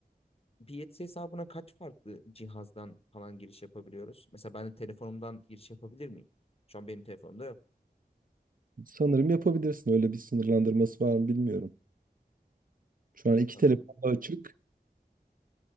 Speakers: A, on the left; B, on the right.
A: Biyetsi hesabına kaç farklı cihazdan falan giriş yapabiliyoruz? Mesela ben de telefonumdan giriş yapabilir miyim? Şu an benim telefonumda yok.
B: Sanırım yapabilirsin. Öyle bir sınırlandırması var mı bilmiyorum. Şu an iki
A: Anladım.
B: telefonda açık.